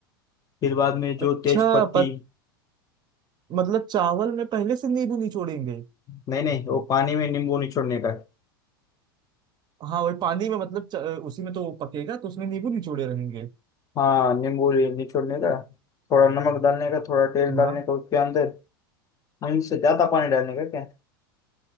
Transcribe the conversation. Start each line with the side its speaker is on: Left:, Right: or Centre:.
Left: फिर बाद में जो
Right: अच्छा
Left: तेज पत्ती
Right: पत, मतलब चावल में पहले से नींबू निचोड़ेंगे
Left: नहीं नहीं वो पानी में नींबू निचोड़ने का है।
Right: हाँ वही पानी में मतलब च- उसी में तो वो पकेगा तो उसमें नींबू निचोड़े रहेंगे
Left: हाँ नींबू निचोड़ने का थोड़ा नमक डालने का थोड़ा तेल डालने
Right: हाँ
Left: का उसके अंदर नींबू से ज्यादा पानी डालने का क्या